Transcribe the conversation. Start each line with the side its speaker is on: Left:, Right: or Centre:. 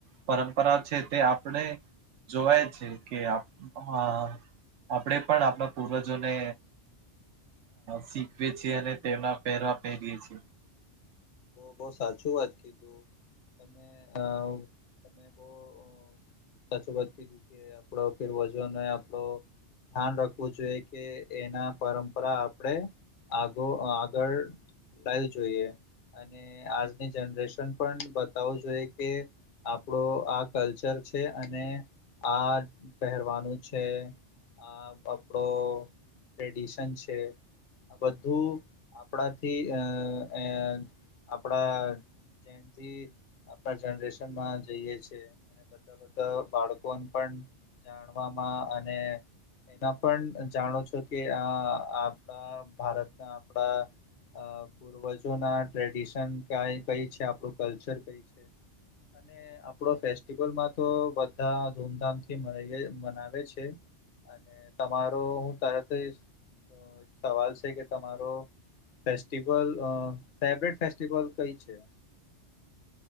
Right: પરંપરા છે તે આપણે જોવાય છે કે <unintelligible> આપણેે પણ આપણા પૂર્વજોને શીખવે છે <unintelligible> તેના પહેરવા પહેરીએ છીએ
Left: બહું સાચું વાત કીધું તમે અ તમે બવ અ <unintelligible> કે આપડો પૂર્વજનને આપડો ધ્યાન રાખવું જોઈએ કે એના પરંપરા આપળે આગો આગળ લાવી જોઈએ અને આજની જનરેશન પણ બતાવું જોઈએ કે આપણો આ કલ્ચર છે અને આ પહેરવાનું છે આ આપણો ટ્રેડિશન છે આ બધું આપણાથી અ અ આપણા જેમથી આપણા જનરેશનમાં જઈએ છે અને બધા બધા બાળકોને પણ જાણવામાં અને એના પણ જાણો છો કે આ આપણા ભારતના આપણા અ પૂર્વજો ના ટ્રેડિશન ક કઈ છે આપણું કલ્ચર કઈ છે અને આપડો ફેસ્ટિવલમાં તો બધા ધૂમધામથી મનાવે છે અને તમારો હું તરત જ અ સવાલ છે કે તમારો ફેસ્ટિવલ અ ફેવરેટ ફેસ્ટિવલ કઈ છે